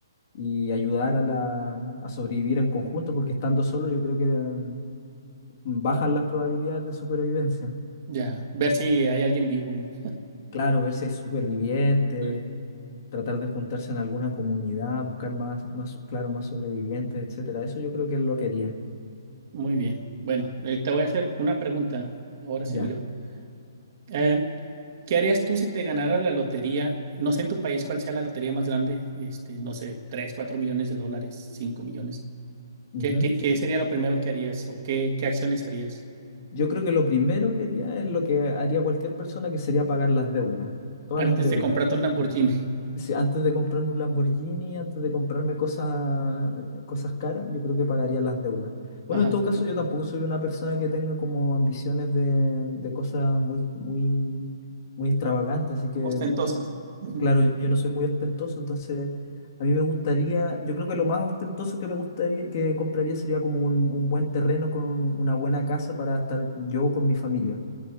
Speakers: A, on the left (about 40°); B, on the right (about 40°).
A: y ayudar a, la, a sobrevivir en conjunto, porque estando solo yo creo que eh, bajan las probabilidades de supervivencia.
B: Ya, ver si hay alguien vivo, ¿no?
A: Claro, ver si hay supervivientes,
B: Sí.
A: tratar de juntarse en alguna comunidad, buscar más, más, claro, más sobrevivientes, etcétera. Eso yo creo que es lo que haría.
B: Muy bien. Bueno, eh, te voy a hacer una pregunta. Ahora sigo
A: Ya.
B: yo. Eh, ¿qué harías tú si te ganara la lotería? No sé en tu país cuál sea la lotería más grande, este, no sé, 3 4 millones de dólares, 5 millones.
A: Ujú,
B: ¿Qué, qué,
A: sí.
B: qué sería lo primero que harías o qué, qué acciones harías
A: Yo creo que lo primero que haría es lo que haría cualquier persona, que sería pagar las deudas, todas
B: antes
A: las deudas.
B: de comprarte el Lamborghini?
A: si antes de comprarme un Lamborghini, antes de comprarme cosas, cosas caras, yo creo que pagaría las deudas. Bueno,
B: <laughs> Ajá.
A: en todo caso, yo tampoco soy una persona que tenga como ambiciones de, de cosas muy, muy, muy extravagantes, así que
B: Ostentosas.
A: yo,
B: Ujú.
A: claro, yo no soy muy ostentoso, entonces a mí me gustaría, yo creo que lo más ostentoso que me gustaría, que compraría sería como un, un buen terreno con un- una buena casa para estar yo con mi familia.